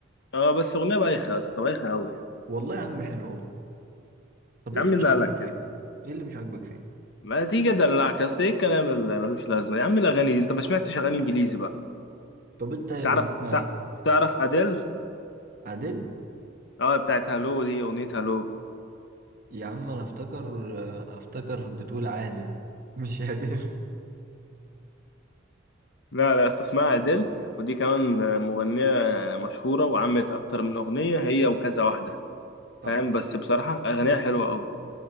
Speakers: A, on the left; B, on the right.
A: آه آه، بس اغنية بايخة يا اسطى بايخة اوي
B: والله يا عم حلو والله طب ايه
A: يا عم
B: اللي مش
A: اللي
B: عاجبك
A: قالك
B: فيها
A: كده
B: ايه اللي مش عاجبك فيها
A: ما تيجي ادلعك يا اسطى ايه الكلام اللي ملوش لازمة يا عم الاغاني دي انت ما سمعتش اغاني انجليزي بقى
B: طب انت بتسمع
A: تعرف تع-
B: ايه
A: تعرف اديل
B: عادل
A: اه بتاعت هالو دي اغنية هالو
B: يا عم انا افتكر افتكر بتقول عادل مش عادل
A: لا لا يا اسطى اسمها اديل ودي كمان آه، مغنية مشهورة وعملت اكتر من اغنية هي وكذا واحدة
B: <laughs> طب
A: فاهم
B: حلو.
A: بس بصراحة اغانيها حلوة أوي.